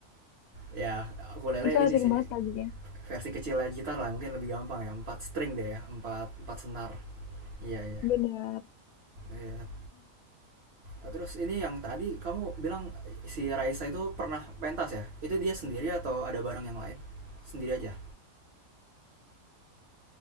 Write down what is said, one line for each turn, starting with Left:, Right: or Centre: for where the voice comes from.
Right: ya aku lele
Left: Itu
Right: ini
Left: asik
Right: sih
Left: banget lagunya.
Right: versi kecilnya gitar lah mungkin lebih gampang ya empat string deh ya empat empat senar iya iya
Left: Benar.
Right: iya terus ini yang tadi kamu bilang si Raisa itu pernah pentas ya itu dia sendiri atau ada barang yang lain sendiri aja